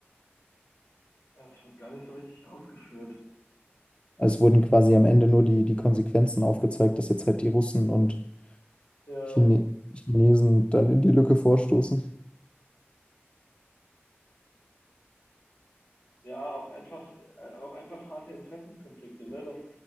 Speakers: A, on the left; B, on the left.
A: Das wird gar nicht so richtig ausgeführt.
B: Also Es wurden quasi am Ende nur die, die Konsequenzen aufgezeigt, dass jetzt halt die Russen und
A: Ja,
B: Chine Chinesen dann in die Lücke vorstoßen.
A: ja, auch einfach, äh, auch einfach harte Interessenskonflikte, ne? Dass,